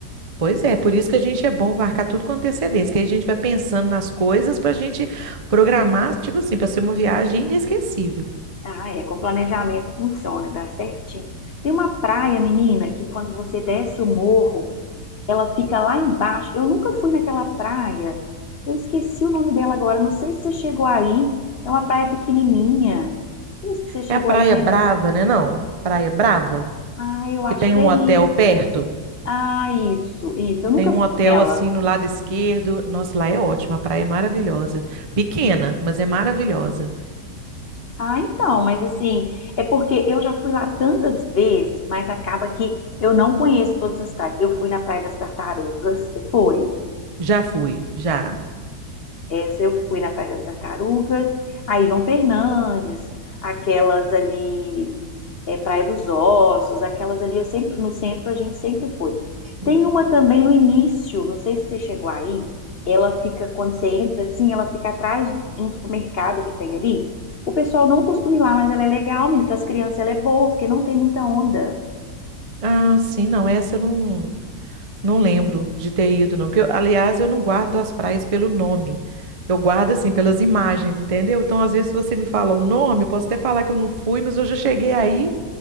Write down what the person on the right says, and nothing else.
Pois é, por isso que a gente é bom marcar tudo com antecedência, que aí a gente vai pensando nas coisas para a gente programar, tipo assim, para ser uma viagem inesquecível.
É a Praia
Brava, né? Não, Praia Brava,
que tem
um
hotel perto.
Tem um
hotel
assim no lado esquerdo. Nossa, lá é ótimo, a praia é maravilhosa. Pequena, mas é maravilhosa.
Já fui, já.
Sim.
Ah, sim, não, essa eu não, não lembro de ter ido, não. Porque eu- aliás, eu não guardo as praias pelo nome. Eu guardo, assim, pelas imagens, entendeu? Então, às vezes, se você me fala o nome, eu posso até falar que eu não fui, mas eu já cheguei aí,